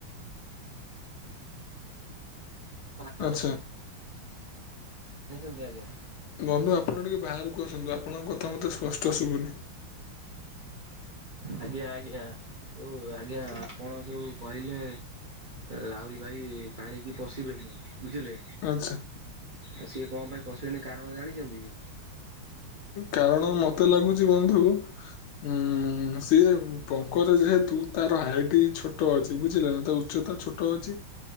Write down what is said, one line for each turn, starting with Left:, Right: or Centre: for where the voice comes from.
Right: <inaudible>
Left: ଆଚ୍ଛା।
Right: <inaudible> ଜାଣିଛନ୍ତି ଆଜ୍ଞା
Left: ବନ୍ଧୁ ଆପଣ ଟିକେ ବାହାରକୁ ଆସନ୍ତୁ ଆପଣଙ୍କ କଥା। ତମକୁ ତ ସ୍ପଷ୍ଟ ଶୁଭନି।
Right: ଆଜ୍ଞା ଆଜ୍ଞା ଯଉ ଆଜ୍ଞା ଆପଣ ଯୋଉ କହିଲେ ରାହୁଲ ଭାଇ କି ପାଣିକି ପଶିବେନି। ବୁଝିଲେ
Left: ଆଚ୍ଛା।
Right: ଆ ସିଏ କଣ ପାଇଁ ପଶିବେନି କାରଣ ଜାଣିଛନ୍ତି କି?
Left: କାରଣ ମତେ ଲାଗୁଛି ବନ୍ଧୁ ଉଁ ସିଏ ପଙ୍କଜ ଯେହେତୁ ତାର ହାଇଟ୍ ଛୋଟ ଅଛି ବୁଝିଲ ନା ଉଚ୍ଚ ସେତ ଛୋଟ ଅଛି।